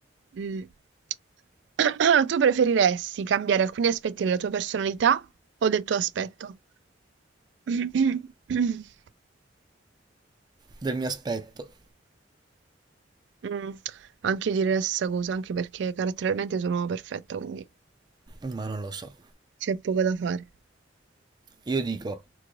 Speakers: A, on the right; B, on the right.
A: Mm. <coughs> <clears throat> Tu preferiresti cambiare alcuni aspetti della tua personalità o del tuo aspetto? <coughs>
B: del mio aspetto,
A: Mm, Anche io direi la stessa cosa, anche perché caratterialmente sono perfetta, quindi
B: ma non lo so.
A: c'è poco da fare.
B: Io dico,